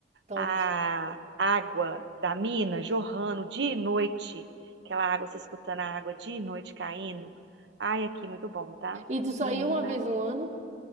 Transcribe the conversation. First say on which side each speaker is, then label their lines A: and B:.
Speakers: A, on the right; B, on the right.
A: top.
B: A água da mina jorrando de noite. Aquela água, você escutando a água de noite caindo. Ai, aqui, muito bom, tá?
A: E tu só
B: Menina.
A: ia uma vez no ano,